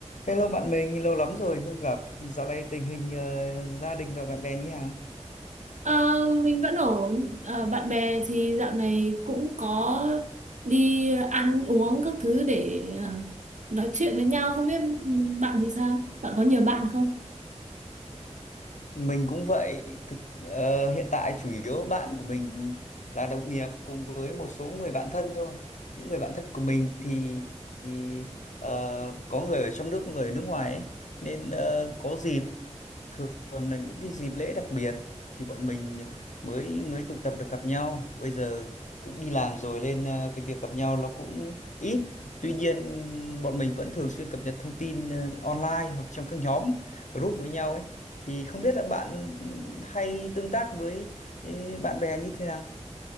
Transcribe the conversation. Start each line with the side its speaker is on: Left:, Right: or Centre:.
Left: Hello bạn mình, lâu lắm rồi không gặp. Dạo này tình hình ờ, gia đình và bạn bè như thế nào?
Right: Ờ, mình vẫn ổn. Ờ, bạn bè thì dạo này cũng có đi ăn uống các thứ để ờ, nói chuyện với nhau. Không biết ừ, bạn thì sao? Bạn có nhiều bạn không?
Left: Mình cũng vậy. Thực ờ, hiện tại chủ yếu bạn của mình là đồng nghiệp cùng với một số người bạn thân thôi. Những người bạn thân của mình thì, thì ờ, có người ở trong nước, có người ở nước ngoài ấy. Nên ờ, có dịp thường là những cái dịp lễ đặc biệt thì bọn mình mới mới tụ tập được gặp nhau bây giờ cũng đi làm rồi nên ờ, cái việc gặp nhau nó cũng ít tuy nhiên bọn mình vẫn thường xuyên cập nhật thông tin ờ, online hoặc trong các nhóm group với nhau ấy thì không biết là bạn hay tương tác với ê, bạn bè như thế nào